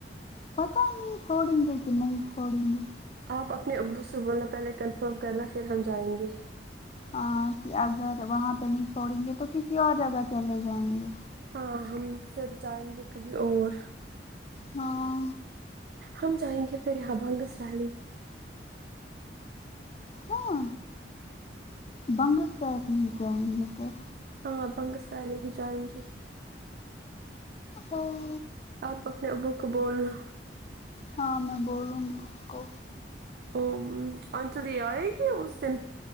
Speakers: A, on the left (about 35°); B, on the right (about 55°).
A: پتہ نہیں چھوڑیں گے کی نہیں چھوڑیں گے
B: آپ اپنے ابدو سے بولنا پہلے کنفرم کرنا پھر ہم جائیں گے
A: ہاں کی اگر وہاں پے نہیں چھوڑیں گے تو کسی اور جگہ چلے جائیں گے
B: ہاں ہم پھر جائیں گے کہیں اور
A: ہاں
B: ہم جائیں گے پھر یہاں بانگس ویلی
A: ہاں بنگس ویلی ہی جائیں گے پھر
B: ہاں بنگس والے ہی جائیں گے
A: ہاں
B: آپ اپنے ابو کو بولنا
A: ہاں میں بولوں گی ان کو
B: او آنچلی آئے گی اس دن